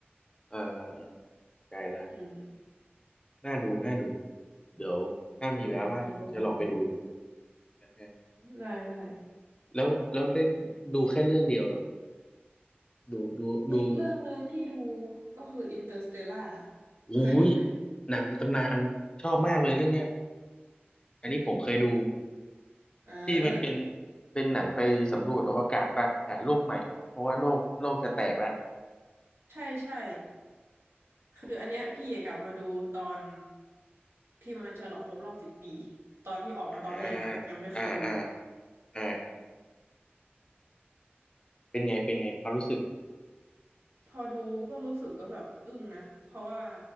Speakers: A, on the left; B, on the right.
A: อ่าอ่าใจละ
B: อืม
A: น่าดูน่าดูเดี๋ยวถ้ามีเวลาว่างจะลองไปดู
B: เออลองไปหาดู
A: นะฮะ
B: ได้ได้
A: แล้วแล้วได้ดูแค่เรื่องเดียวเหรอ ดูดูดู
B: อีกเรื่องหนึ่งที่ดูก็คืออินเตอร์สเตลล่า
A: อุ้ย
B: เคยดูไหม
A: หนังในตำนานชอบมากเลยเรื่องเนี้ยอันนี้ผมเคยดู
B: อ่า
A: ที่มันเป็นเป็นหนังไปสำรวจอวกาศป่ะหาโลกใหม่เพราะว่าโลกโลกจะแตกแล้ว
B: ใช่ใช่คืออันเนี้ยพี่กลับมาดูตอนที่มันฉลองครบรอบสิบปีตอนที่ออกมาตอนแรกอะยังไม่เคยดู
A: อ่าอ่าอ่าอ่าเป็นไงเป็นไงความรู้สึก
B: พอดูก็รู้สึกก็แบบอึ้งนะเพราะว่า